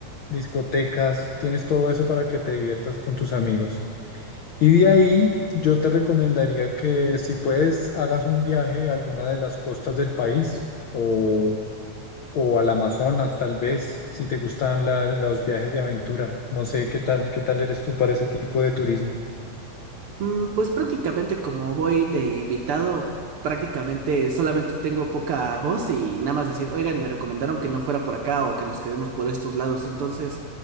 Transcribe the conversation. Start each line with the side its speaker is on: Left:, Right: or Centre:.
Left: discotecas, tienes todo eso para que te diviertas con tus amigos. Y de ahí yo te recomendaría que si puedes hagas un viaje a alguna de las costas del país o, o al Amazonas, tal vez, si te gustan la- los viajes de aventura. No sé qué tal, qué tal eres tú para ese tipo de turismo.
Right: Mm, Pues prácticamente como voy de invitado, prácticamente solamente tengo poca voz y nada más decir, oigan, me recomendaron que no fuera por acá o que nos quedemos por estos lados. Entonces,